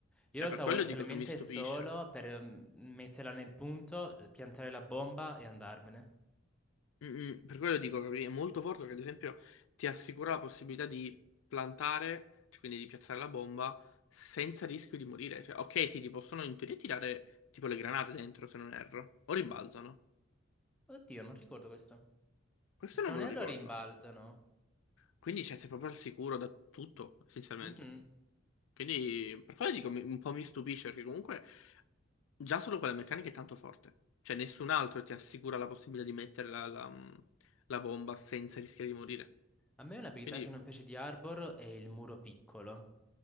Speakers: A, in the centre; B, on the left (about 85°).
A: Io
B: Cioè,
A: lo usavo
B: per quello
A: letteralmente
B: dico che mi stupisce.
A: solo per mm, metterla nel punto, piantare la bomba e andarmene.
B: Mm, mm, per quello dico che è molto forte perché ad esempio ti assicura la possibilità di plantare, cioè quindi di piazzare la bomba senza rischio di morire. Cioè, ok, sì, ti possono in teoria tirare tipo le granate dentro, se non erro, o rimbalzano.
A: Oddio, non ricordo questo.
B: Questo
A: Se
B: non
A: non
B: me lo
A: erro
B: ricordo.
A: rimbalzano.
B: Quindi cioè, sei proprio al sicuro da tutto, essenzialmente.
A: Mhm.
B: Quindi per quello dico mi- un po' mi stupisce perché comunque già solo quella meccanica è tanto forte. Cioè nessun altro ti assicura la possibilità di mettere la la- la bomba senza rischiare di morire.
A: A me un'abilità
B: Quindi
A: che non piace di Arbor è il muro piccolo.